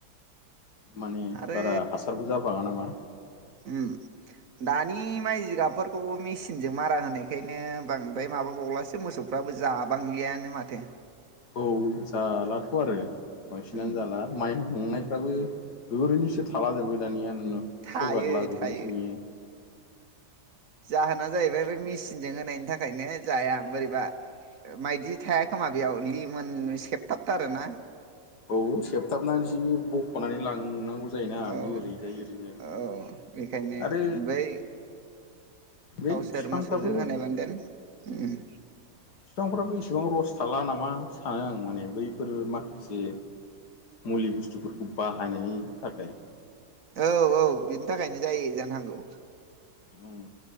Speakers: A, on the left; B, on the right.
A: माने
B: आरो
A: बारा हासारबो जाबाङा नामा।
B: उम दानि माइ जिगाबफोरखौ मेसिनजों मारा होनायखायनो बांद्राय मा माबाबावलासो मोसौफ्राबो जाबांलियानो माथो।
A: औ जालाथ' आरो बांसिनानो
B: उम
A: जाला माइ हुंनाय। फाबो ओरैनोसो थाला जोबो दानिया।
B: थायो
A: सेवगारला जोबनायसो
B: थायो
A: नुयो
B: जाहोना जाहैबाय बे मेसिनजों होन होनायनि थाखायनो जाया बोरैबा मायदि थाया खोमा बेयाव लिमोन सेबथाबथारो ना।
A: औ खेबथाबनानैसो बख'नानै लांनांगौ जायोना
B: औ
A: बियो ओरैजाय ओरैजाय।
B: औ बेखायनो
A: आरो
B: बै
A: बे
B: गावसोर
A: बिफांफ्राबो
B: मोसौजों होनाय बानो देन उम।
A: बिफांफ्राबो इसेबां रस थाला नामा सानो आं माने बैफोर माखासे मुलि बुस्थुफोरखौ बाहायनायनि थाखाय।
B: औ औ बिनि थाखायनो जायो जानो हागौ।
A: ओम